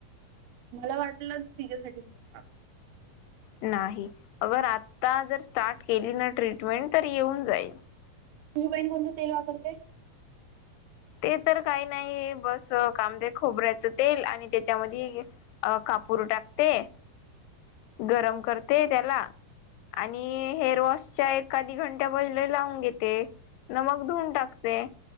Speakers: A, on the right; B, on the left.
A: मला वाटलं तिच्यासाठीच म्हणालाय!
B: नाही, अगर आता जर स्टार्ट केली ना ट्रीटमेंट तर येऊन जाईल.
A: तुझी बहीण कोणतं तेल वापरते?
B: ते तर काही नाही बस कांदे खोबऱ्याचं तेल आणि त्याच्यामध्ये कापूर टाकते, गरम करते त्याला आणि हेअर वॉशच्या एक अधी घंटा पहिले लावून घेते. न मग धुऊून टाकते.